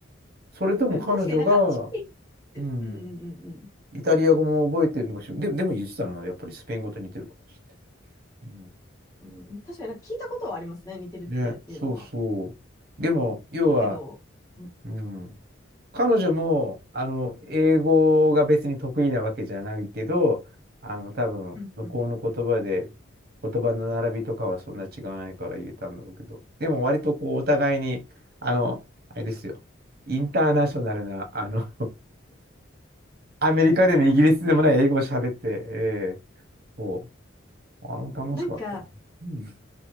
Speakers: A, on the right (about 50°); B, on the left (about 15°).
A: それとも彼女が、
B: でも確かになんかチキンって、
A: うん、
B: うんうんうん
A: イタリア語も覚えてるのかしら。で、でも言ってたのは、やっぱりスペイン語と似てるかもしれない。うん、
B: うん。うん、確かになんか聞いたことはありますね、似てるっていうのは。
A: ね、そうそう。でも、
B: そうだけど、
A: 要は、
B: うん
A: うん、彼女も、あの、英語が別に得意なわけじゃないけど、あの、多分、
B: うんうん。
A: 向こうの言葉で、言葉の並びとかはそんな違わないから言えたんだろうけど、でも割とこう、お互いに、あの、あれですよ、インターナショナルな、あの <laughs> アメリカでもイギリスでもない英語を喋って、えーそうあれも楽しかったな。
B: なんか、
A: うん。